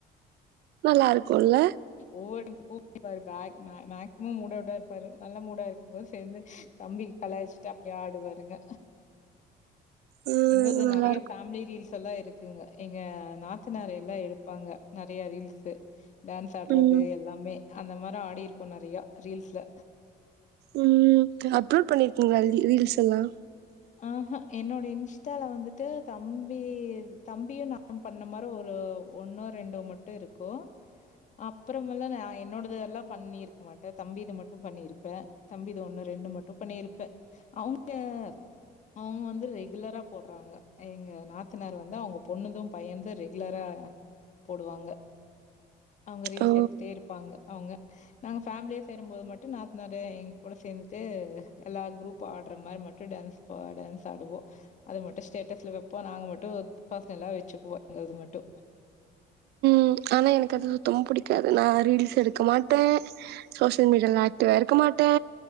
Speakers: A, on the right; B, on the left.
A: நல்லா இருக்கு இல்ல
B: ஒவ்வொரு <unintelligible> பேக் மே மேக்சிமம் மூடவுட்டா இருப்பாரு நல்ல மூடா இருக்கும்போது சேந்து தம்பி கலாயிச்சிட்டு அப்பிடியே ஆடுவாருங்க
A: ம்
B: எங்கள்து
A: நல்லா
B: நெறைய
A: இருக்கு
B: ஃபேமிலி ரீல்ஸ் த் எல்லா இருக்குங்க எங்க நாத்தனார் எல்லா எழுப்பாங்க நெறைய ரீல்ஸ் டா தாடறது
A: ம்
B: எல்லாமே அந்த மாரி ஆடிருக்கோ நெறையா ரீல்ஸ்ல
A: ம் அப்லோட் பண்ணிருக்கீங்கள லி ரி ஸ் இல்லா
B: ஆஹ என்னோட இன்ஸ்டால வந்துட்டு தம்பி தம்பியு நா பண்ண மாரி ஒரு ஒன்னோ ரெண்டோ மட்டு இருக்கு அப்புறல்லா நான் என்னோடதெல்லா பண்ணிருக்கமாட்டே தம்பி இத மட்டும் பண்ணிருப்பே தம்பிது ஒன்னு ரெண்டு மட்டு பண்ணிருப்பே அவங்க அவங்க வந்து ரெகுலரா போடறாங்க எங்க நாத்தனார் வந்து அவுங்க பொண்ணுது பையனது ரெகுலரா போடுவாங்க அவங்க ரீல்ஸ்
A: ஓ
B: எடுத்துட்டே இருப்பாங்க அவங்க நாங்க ஃபேமிலியே சேரும் போது மட்டும் நாத்தனரு எங்க கூட சேர்ந்துட்டு எல்லா குரூப்பா ஆடற மாரி மட்டு டேன்ஸ் ப்ப டேன்ஸ் ஆடுவோ அது மட்டு ஸ்டேட்டஸ்ல வைப்போ நாங்க மட்டு பர்சனலா வச்சுக்குவோ எங்கது மட்டு
A: ம் ஆனால் எனக்கு அது சுத்தமா புடிக்காது நா ரீல்ஸ் எடுக்க மாட்டே சோசியல் மீடியாவில ஆக்டிவா இருக்க மாட்டே